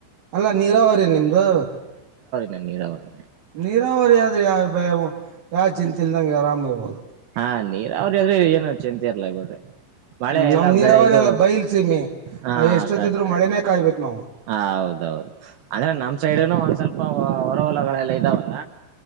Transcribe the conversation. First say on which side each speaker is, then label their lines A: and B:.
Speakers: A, on the right; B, on the right.
A: ಅಲ್ಲಾ ನೀರಾವರಿ ನಿಮ್ದು.
B: ನನ್ ನೀರಾವರಿ.
A: ನೀರಾವರಿ ಆದ್ರೆ ಯಾವ ಯಾವ ಚಿಂತ ಇಲ್ದಂಗೆ ಆರಾಮ ಇರ್ಬೋದು.
B: ಹಾ ನೀರ್ ಅವ್ರದ್ರೆ ಏನ ಚಿಂತರ್ಲ ಆಗ್ಬ ಬಿಡ್ರಿ ಮಳೆ
A: ಹ್ಮ್ ನಮ್
B: ಎಲ್ಲಾ
A: ನೀರಾವರಿ
B: ಬೆಳೆ ಇದು
A: ಎಲ್ಲ ಬೈಲ್ಸಮಿ
B: ಹಾ
A: ನಾ ಎಷ್ಟೊತ್ತಿದ್ರು
B: ಕರೆಕ್ಟ್ ಕರೆಕ್ಟ್
A: ಮಳೆನೇ
B: ಕರೆಕ್ಟ್
A: ಕಾಯ್ಬೇಕಕ್ ನಾವು
B: ಹ ಹೌದೌದು ಅಂದ್ರೆ ನಮ್ ಸೈಡ್ನು ಒಂದ್ ಸ್ವಲ್ಪ. ಹೊರವಲಗಳೆಲ್ಲ ಇದಾವಲ್ಲ